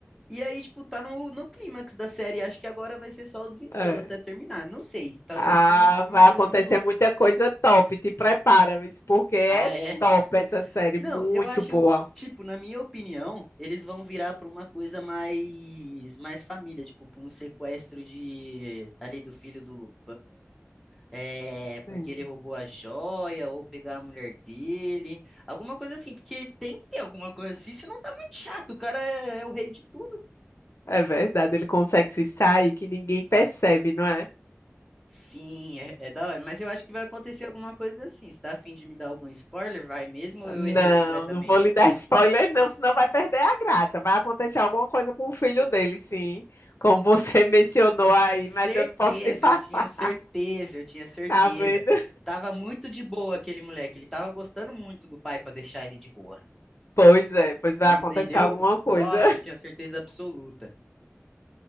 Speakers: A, in the centre; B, on the left (about 60°).
A: E aí, tipo, tá no, no clímax da série. Acho que agora vai ser só o desenrolo
B: é.
A: até terminar. Não sei. Talvez
B: Ah,
A: tenha uma, uma
B: vai
A: coisa
B: acontecer
A: muito boa.
B: muita coisa top, te prepara, Miss, porque é
A: Ah, é,
B: top essa série,
A: Não,
B: muito
A: eu acho,
B: boa.
A: tipo, na minha opinião, eles vão virar pra uma coisa mais mais família, tipo, pra um sequestro de ali do filho do Lupin, é, porque
B: Sim.
A: ele roubou a joia ou pegar a mulher dele, alguma coisa assim, porque tem que ter alguma coisa assim, senão tá muito chato, o cara é, é o rei de tudo.
B: É verdade, ele consegue se sair que ninguém percebe, não é?
A: Sim, é, é da hora, mas eu acho que vai acontecer alguma coisa assim. Você tá a fim de me dar algum spoiler? Vai mesmo ou eu
B: Não,
A: errei completamente?
B: não vou lhe dar <laughs> spoiler, não, senão vai perder a graça. Vai acontecer alguma coisa com o filho dele, sim, como você <laughs> mencionou aí,
A: Certeza,
B: mas eu não posso te falar,
A: eu tinha
B: <laughs>
A: certeza, eu tinha certeza.
B: tá vendo?
A: Tava muito de boa aquele moleque, ele tava gostando muito do pai pra deixar ele de boa.
B: Pois é, pois vai
A: Entendeu?
B: acontecer alguma coisa.
A: Nossa, eu tinha certeza absoluta.